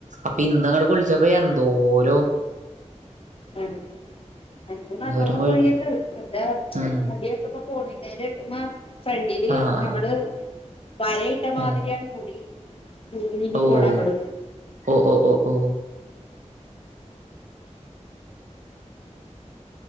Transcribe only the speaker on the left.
ഉം. എനിക്ക്
നല്ലോണം
കൊഴിയിണ്ട്. എന്റെ
മുടിയൊക്ക ഇപ്പ പോണിടെയില് കെട്ടുമ്പം ഫ്രണ്ടില്
നമ്മള് വരയിട്ട മാതിരിയാണ്
മുടി. നീങ്ങി നീങ്ങി
പോണാങ്ങട്